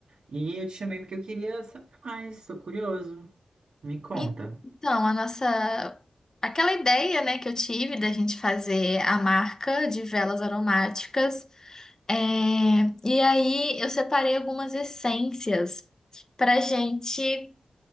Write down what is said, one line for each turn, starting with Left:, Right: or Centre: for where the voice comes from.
Right: e eu te chamei porque eu queria saber mais, tô curioso. Me conta.
Left: E- Então, a nossa... Aquela ideia, né, que eu tive da gente fazer a marca de velas aromáticas. é, E aí, eu separei algumas essências pra gente...